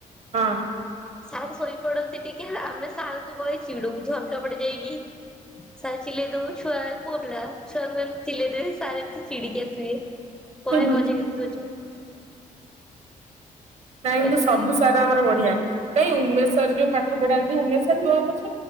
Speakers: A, on the right; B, in the centre.
A: ହଁ।
B: ସାର୍ ଶୋଇପଡନ୍ତି ଟିକେ ଲା- ଆମେ ସାର୍ ଙ୍କୁ କହି ଚିଡୁ ଝରକା ପଡେ ଯାଇକି ସାର୍ ଚିଲେଇ ଦଉ ଛୁଆ ପୁଅପିଲା ଛୁଆଙ୍କୁ ଏମିତି ଚିଲେଇ ଦେବେ ସାର୍ ଏମିତି ଚିଡ଼ିକି ଆସିବେ ବହେ
A: ହୁଁ ହୁଁ।
B: ମଜା କିନ୍ତୁ <inaudible>
A: ନାଇଁ କିନ୍ତୁ
B: ଏମିତି
A: ସବୁ ସାର୍ ଆମର ବଢିଆ କାଇଁ ଉମେଶ୍ ସାର୍ ଯଉ ପାଠ ପଢାନ୍ତି ଉମେଶ୍ ସାର୍ <unintelligible>